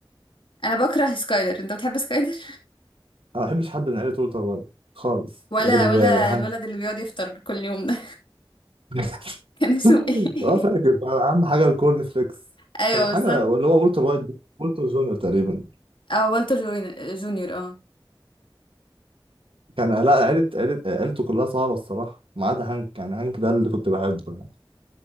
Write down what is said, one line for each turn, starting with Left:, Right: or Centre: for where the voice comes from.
Left: أنا بكره سكايلر أنت بتحب سكايلر؟
Right: انا ما بحبش حد من عيلة وولتر وايت خالص
Left: ولا
Right: غير
Left: ولا
Right: آه، هانك
Left: الولد اللي بيقعد يفطر كل يوم ده
Right: <laughs>
Left: <laughs> كان اسمه ايه
Right: اه فاكر بقى اهم حاجه الكورن فليكس
Left: <laughs> ايوه
Right: كان حاجه
Left: بالظبط
Right: اللي هو والتر وايت ده، والتر جونيور تقريبا
Left: اه والتر جوين- جونيور اه
Right: كان لا عيله عيله عيلته كلها صعبه الصراحه ما عدا هانك يعني هانك ده اللي كنت بحبه يعني